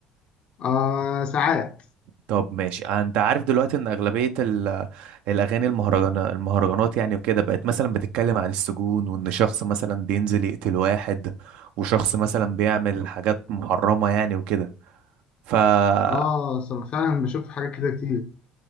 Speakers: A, on the left; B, on the right.
A: آه ساعات
B: طب ماشي انت عارف دلوقتي ان اغلبيه ال- الاغاني المهرجانات المهرجانات يعني وكده بقت مثلا بتتكلم عن السجون وان شخص مثلا بينزل يقتل واحد وشخص مثلا بيعمل حاجات محرمه يعني وكده فالمشكله
A: اه صم- فعلا بشوف حاجات كده كتير